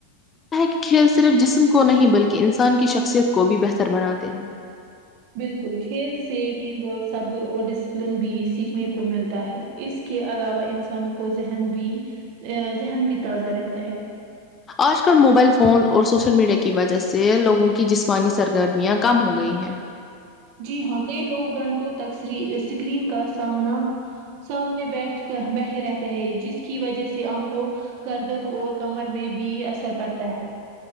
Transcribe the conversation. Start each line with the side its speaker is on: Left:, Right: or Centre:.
Left: کی کھیل صرف جسم کو نہیں بلکی انسان کی شخصیت کو بھی بہتر بناتے ہیں
Right: بالکل کھیل سے ٹیم ورک صبر اور ڈسپلین بھی سیکھنے کو ملتا ہے اس کے علاوہ انسان کو ذہن بھی ذہن بھی تازہ رہتا ہے
Left: آج کل موبائل فون اور سوشل میڈیا کی وجہ سے لوگوں کی جسمانی سرگرمیاں کم ہو گئی ہیں
Right: جی ہاں کئی لوگ گھنٹوں تک سکرین کا سامنا سامنے بیٹھ کر بیٹھے رہتے ہیں جس کی وجہ سے آنکھوں گردن اور کمر میں بھی اثر پڑتا ہے